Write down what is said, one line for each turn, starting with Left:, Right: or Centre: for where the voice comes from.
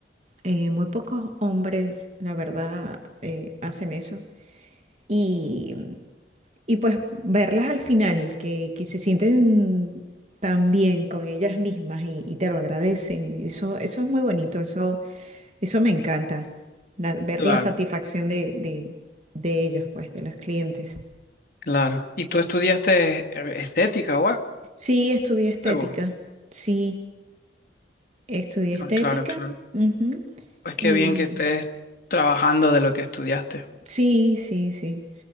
Right: Eh, muy pocos hombres, la verdad, eh, hacen eso y, y pues verlas al final, que, que se sienten tan bien con ellas mismas y, y te lo agradecen, eso, eso es muy bonito, eso, eso me encanta, la- ver
Left: claro,
Right: la satisfacción de, de, de ellos, pues, de los clientes.
Left: claro. ¿Y tú estudiaste eh, estética o
Right: Sí, estudié estética,
Left: algo?
Right: sí, estudié estética,
Left: Ah, Claro, claro.
Right: ujú,
Left: Pues qué
Right: Y
Left: bien que estés trabajando de lo que estudiaste.
Right: sí, sí, sí.